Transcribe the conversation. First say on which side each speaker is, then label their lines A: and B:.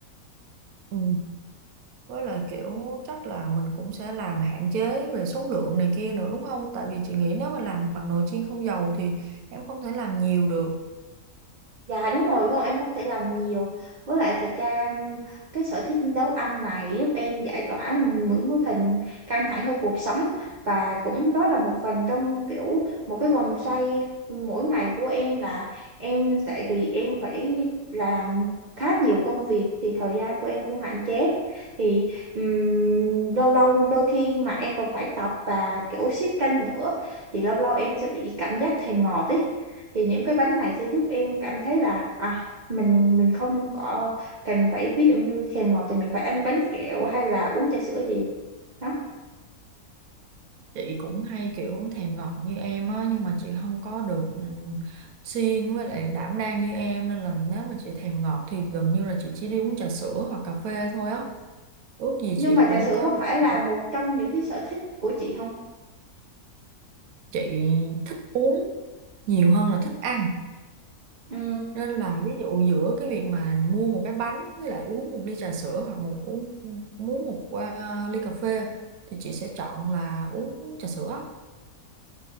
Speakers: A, on the right; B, on the right.
A: Ừ. Với lại kiểu chắc là mình cũng sẽ làm hạn chế về số lượng này kia nữa đúng không? Tại vì chị nghĩ nếu mà làm bằng nồi chiên không dầu thì em không thể làm nhiều được.
B: Dạ đúng rồi con em không thể làm nhiều Với lại thật ra ừm, cái sở thích nấu ăn này giúp em giải tỏa những cái phần căng thẳng trong cuộc sống và cũng đó là một phần trong kiểu một cái vòng xoay mỗi ngày của em là em tại vì em phải làm khá nhiều công việc thì thời gian của em cũng hạn chế thì ừm, lâu lâu đôi khi mà em còn phải tập và kiểu siết canh nữa thì lâu lâu em sẽ bị cảm giác thèm ngọt ý thì những cái bánh này sẽ giúp em cảm thấy là à mình mình không có cần phải ví dụ như thèm ngọt thì mình phải ăn bánh kẹo hay là uống trà sữa gì đó
A: chị cũng hay kiểu thèm ngọt như em á nhưng mà chị không có được ừ, siêng với lại đảm đang như em nên là nếu mà chị thèm ngọt thì gần như là chị chỉ đi uống trà sữa hoặc cà phê thôi á ước gì
B: nhưng
A: chị
B: mà
A: cũng
B: trà sữa
A: có
B: có
A: một
B: phải
A: cái
B: là
A: sở
B: một
A: thích
B: trong những cái sở thích của chị không
A: chị thích uống nhiều hơn là thích ăn
B: ừ
A: nên là ví dụ giữa cái việc mà mua một cái bánh với lại uống một ly trà sữa hoặc một uống muốn một à, ly cà phê thì chị sẽ chọn là uống trà sữa